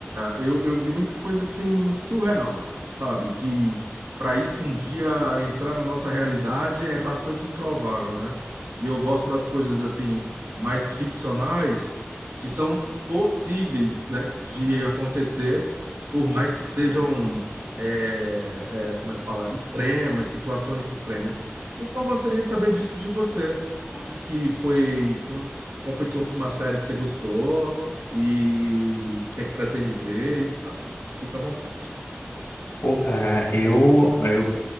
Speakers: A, on the right; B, on the left.
A: eu, eu vi muita coisa assim surreal, sabe? Que para isso um dia entrar na nossa realidade é bastante improvável, né? E eu gosto das coisas assim mais ficcionais que são possíveis, né, de acontecer, por mais que sejam, é, é, como é que fala, extremas, situações extremas. Então, eu gostaria de saber disso de você. Como é que foi, como, se- qual foi toda uma série que você gostou e o que é que pretende ver? E, assim, fica à vontade.
B: Pô, cara, eu, eu